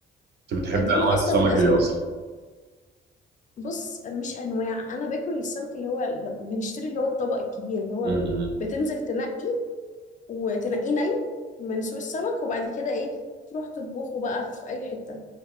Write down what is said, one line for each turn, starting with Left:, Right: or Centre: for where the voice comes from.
Right: انت بتحب
Left: فدي
Right: انواع
Left: من أصلا
Right: السمك
Left: من أسباب
Right: ايه اصلا
Left: ال- بص مش أنواع أنا باكل السمك اللي هو ل- بنشتري اللي هو الطبق الكبير اللي هو
Right: امم
Left: بتنزل تنقي وتنقيه ني من سوق السمك وبعد كده إيه تروح تطبخه بقى في أي حتة